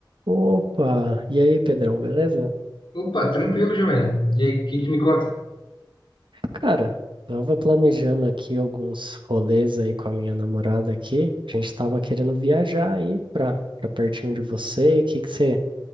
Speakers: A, on the right (about 80°); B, on the left (about 90°).
A: Opa! E aí, Pedrão, beleza?
B: Opa, tranquilo, Giovanni. E aí, o que que me conta?
A: Cara, tava planejando aqui alguns rolês aí com a minha namorada aqui. A gente tava querendo viajar aí pra, pra pertinho de você. O que que você